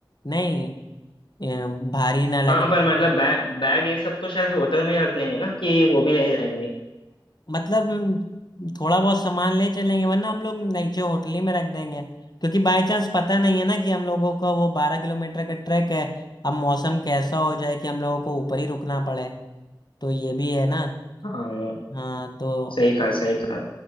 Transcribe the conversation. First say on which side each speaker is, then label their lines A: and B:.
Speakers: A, on the left (about 55°); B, on the left (about 80°).
A: नहीं अ, भारी ना लगे
B: हाँ पर मतलब बैग बैग ये सब तो शायद होटल में ही रख लेंगे ना कि वो भी ले जाएंगे
A: मतलब थोड़ा बहुत सामान ले चलेंगे वरना हम लोग नीचे होटल ही में रख देंगे क्योंकि बाय चांस पता नहीं है ना कि हम लोगों का वो बारह किलोमीटर का ट्रैक है अब मौसम कैसा हो जाए कि हम लोगों को ऊपर ही रुकना पड़े तो ये भी है ना
B: हाँ
A: हाँ तो
B: सही कहा सही कहा